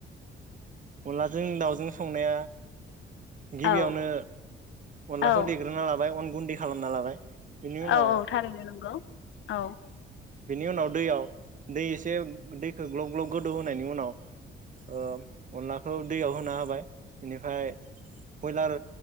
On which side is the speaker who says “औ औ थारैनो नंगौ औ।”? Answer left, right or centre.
Left